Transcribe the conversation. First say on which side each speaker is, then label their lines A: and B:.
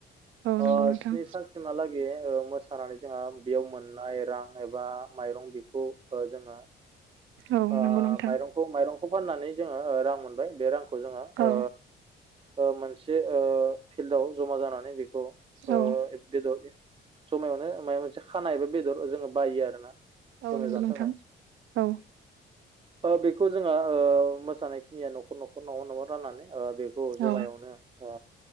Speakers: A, on the right; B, on the right.
A: औ
B: ओ
A: नंगौ नोंथां
B: स्नि सान सिमाला गे ओ मोसानानै जोंहा बेयाव मोननाय रां एबा माइरं बेखौ ओ जोङो
A: औ
B: आ
A: नंगौ नोंथां
B: माइरंखौ माइरं खौ फाननानै जोङो ओ रां मोनबाय बे रांखौ जोङो
A: औ
B: ओ ओ मोनसे ओ फिल्डआव जमा जानानै बेखौ ओ
A: औ
B: एब बेदर ए जमायावनो मायबा मोनसे खाना एबा बेदर ओ जोङो बायो आरोना।
A: औ
B: जमायाव
A: नंगौ
B: जानो
A: नोंथां
B: थाखाय
A: औ।
B: ओ बेखौ जोंहा ओ मोसानायखिनिया न'खर न'खर न'आव न'आव राननानै ओ बेखौ जमायावनो
A: औ
B: ओ